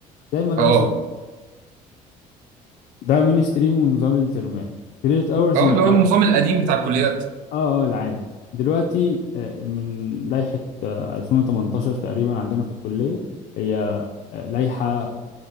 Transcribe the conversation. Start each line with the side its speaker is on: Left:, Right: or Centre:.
Left: زي المدرسة
Right: اه
Left: ده مين ستريم ونظام الترمات كريدت أورز
Right: اه
Left: أنت
Right: اللي هو
Left: آه
Right: النظام القديم بتاع الكليات
Left: آه العادي دلوقتي آه من لائحة آه 2018 تقريبا عندنا في الكلية هي آه، لائحة